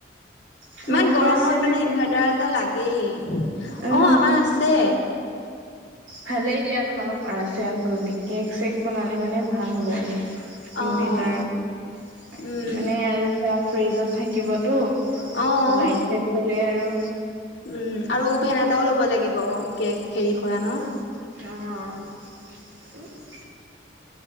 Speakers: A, on the right (about 85°); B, on the left (about 70°).
A: তোমালোকৰ
B: ইমান গৰমত
A: আছে
B: মানে
A: চাগে
B: ইনভেৰ্টাৰ এটা লাগে। অ
A: উম
B: আমাৰ আছে।
A: ভালেই দিয়া তোমালোকৰ আছে গতিকে কেক চেক বনালে মানে ভাল হ'ব ন
B: অ',
A: ইনভেটাৰত
B: উম,
A: মানে আৰু ধৰা। ফ্ৰীজত থাকিবতো
B: অ',
A: লাইট চাইট গ'লে আৰু
B: উম আৰু উভেন এটাও ল'ব লাগিব কেক হেৰি
A: অ
B: কৰা ন?